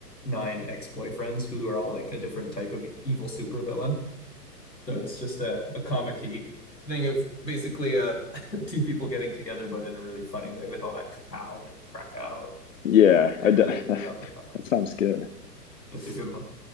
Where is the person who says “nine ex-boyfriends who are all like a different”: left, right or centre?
Left